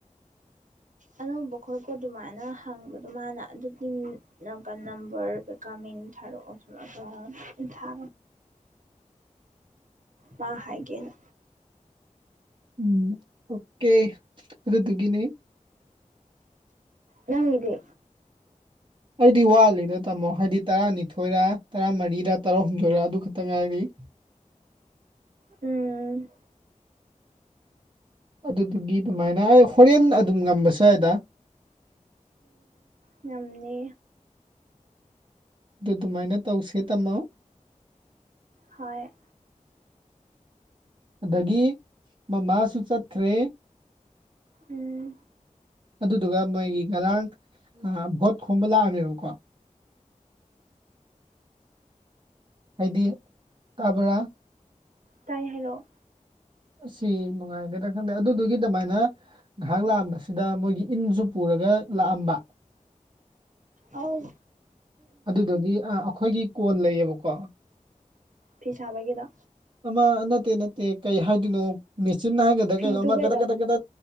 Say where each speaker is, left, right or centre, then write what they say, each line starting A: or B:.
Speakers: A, on the right; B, on the right.
A: ꯑꯅꯧꯕ ꯈꯣꯠꯄ ꯑꯗꯨꯃꯥꯏꯅ ꯍꯪꯕꯗꯣ ꯃꯥꯅ ꯑꯗꯨꯒꯤꯀ ꯅꯝꯕꯔ ꯀꯥꯃꯤꯡ ꯊꯥꯔꯛꯑꯣꯁꯨ ꯑꯗꯨꯒ ꯏꯊꯥ ꯃꯥ ꯍꯥꯏꯦꯅ
B: ꯎꯝ ꯑꯣꯀꯦ ꯑꯗꯨꯗꯨꯒꯅꯤ
A: ꯅꯪꯗꯤ
B: ꯑꯩꯗꯤ ꯋꯥꯠꯂꯤꯗ ꯇꯥꯃꯣ ꯍꯥꯏꯗꯤ ꯇꯔꯥꯅꯤꯊꯣꯏꯔꯥ ꯇꯔꯥꯃꯔꯤꯔ ꯇꯔꯥꯍꯨꯝꯗꯣꯏꯔꯥ ꯑꯗꯨ ꯈꯛꯇ ꯉꯥꯏꯔꯤꯒꯤ
A: ꯎꯝ
B: ꯑꯗꯨꯗꯨꯒꯤ ꯑꯗꯨꯃꯥꯏꯅ ꯑꯩ ꯍꯣꯔꯦꯟ ꯑꯗꯨꯝ ꯉꯝꯕꯁꯨ ꯌꯥꯏꯗꯥ꯫
A: ꯉꯝꯅꯤ꯫
B: ꯑꯗꯨ ꯑꯗꯨꯃꯥꯏꯅ ꯇꯧꯁꯦ ꯇꯝꯃꯣ
A: ꯍꯣꯏ
B: ꯑꯗꯒꯤ ꯃꯃꯥꯁꯨ ꯆꯠꯈ꯭ꯔꯦ꯫
A: ꯎꯝ
B: ꯑꯗꯨꯗꯨꯒ ꯃꯣꯏꯒꯤ ꯉꯔꯥꯡ ꯚꯣꯠ ꯈꯣꯝꯕ ꯂꯥꯛꯑꯃꯦꯕꯀꯣ ꯍꯥꯏꯗꯤ ꯀꯥꯕ꯭ꯔꯥ
A: ꯇꯥꯏ ꯍꯥꯏꯔꯛꯑꯣ
B: ꯑꯁꯤ ꯅꯨꯡꯉꯥꯏꯒꯦꯗ ꯈꯪꯗꯦ ꯑꯗꯨꯗꯨꯒꯤ ꯑꯗꯨꯃꯥꯏꯅ ꯉꯥꯏꯍꯥꯛ ꯂꯥꯛꯑꯝꯕꯁꯤꯗ ꯃꯣꯏꯒꯤ ꯏꯟꯁꯨ ꯄꯨꯔꯒ ꯂꯥꯛꯑꯝꯕ
A: ꯑꯥꯎ
B: ꯑꯗꯨꯗꯒꯤ ꯑ ꯑꯩꯈꯣꯏꯒꯤ ꯀꯣꯟ ꯂꯩꯌꯦꯕꯀꯣ
A: ꯐꯤ ꯁꯥꯕꯒꯤꯗ
B: ꯑꯃ ꯅꯠꯇꯦ ꯅꯠꯇꯦ ꯀꯩ ꯍꯥꯏꯗꯣꯏꯅꯣ ꯃꯦꯆꯤꯤꯟ ꯍꯥꯏꯒꯗ꯭ꯔ
A: ꯐꯤ
B: ꯀꯩꯅꯣ ꯑꯃ
A: ꯇꯨꯕꯩꯗꯣ
B: ꯀꯗꯛ ꯀꯗ ꯀꯗ